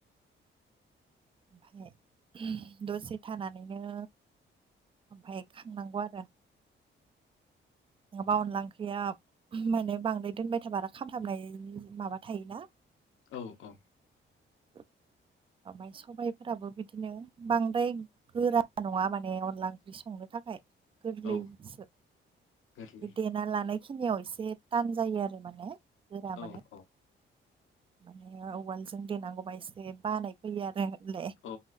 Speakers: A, on the right; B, on the left.
A: ओमफफ्राय दसे थानानैनो ओमफफ्राय खांनांगौ आरो नङाबा अनला ओंख्रिया माने बांद्राय दोनबाय थाबा आरो खामथाबनायनि माबा थायोना।
B: औ औ
A: <inaudible> सबबायफोराबो बिदिनो बांद्राय गोरा नङा माने अनला ओंख्रि संनो थाखाय गोरलै
B: औ
A: सो
B: गोरलै
A: <inaudible> ना लानाय खिनियाव एसे थान जायो आरो माने गोरा
B: औ
A: माने।
B: औ
A: माने उवालजों देनांगौबा एसे बानाय फैयो आरोलै।
B: औ